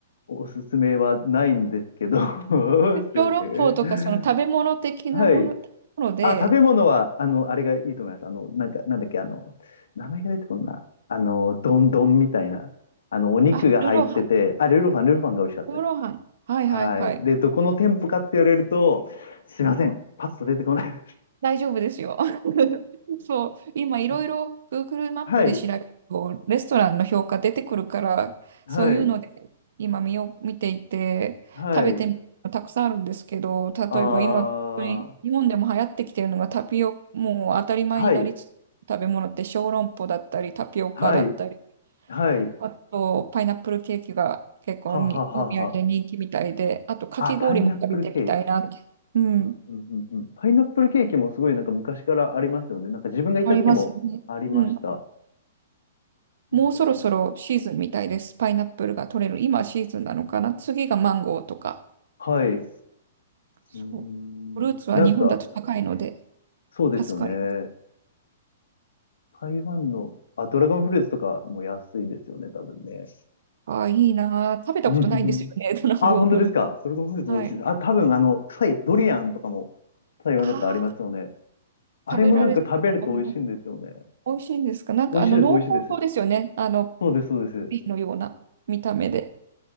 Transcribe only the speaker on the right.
小籠包とか、その食べ物的なもの、
もので、
あ、ルーローハ
ン、ルーローハン。はいはいはい。
大丈夫ですよ。<laughs> そう、今いろいろ
Google マップで調べると、
レストランの評価出てくるから、
そういうので今見よ見ていて、
食べてみるのたくさんあるんですけど、例えば今、
本当に日本でも流行ってきてるのがタピオ、もう当たり前になりつつ食べ物って小籠包だったり、
タピオカだったり、
あとパイナップルケーキが結構にお土産人気みたいで、
あとかき氷も食べてみたいなって、
うん、
ありますね。うん
もうそろそろシーズンみたいです。パイナップルが取れる。今シーズンなのかな。次がマンゴーとか。
そう。
フルーツは日本だと高いので
助かります。
ああ、いいなあ。食べたことないんですよね。
<laughs> ドラゴンフルーツ。
はい。
ああ、
食べられると思います。美味しいんですかなんかあの濃厚そうですよね。
あの、
ピーのような見た目で。